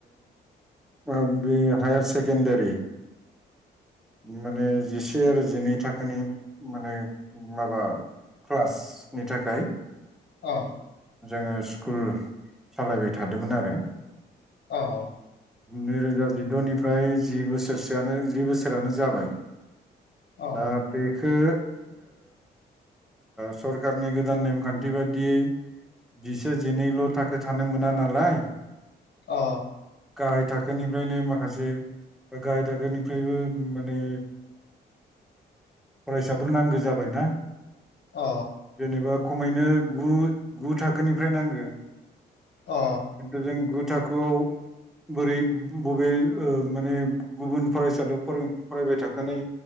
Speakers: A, in the centre; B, on the left.
A: ओ बे हायार सेकेण्डारि माने जिसे आरो जिनै थाखोनि माने माबा क्लासनि थाखाय
B: अ
A: जोङो स्कुल सालायबाय थादोंमोन आरो
B: औ
A: नैरोजा जिद'निफ्राय जि बोसोरसोआनो जि बोसोरानो जाबाय
B: औ
A: दा बेखौ सरखारनि गोदान नेमखान्थि बायदियै जिसे जिनैल' थाखो थानो मोना नालाय
B: अ
A: गाहाय थाखोनिफ्रायनो माखासे गाहाय थाखोनिफ्रायबो माने फरायसाफोर नांगौ जाबाय ना
B: अ
A: जेनेबा खमैनो गु गु थाखोनिफ्राय नांगौ
B: अ
A: खिन्थु जों गु थाखोआव बोरै बबे माने गुबुन फरायसालियाव फरायबाय थाखानाय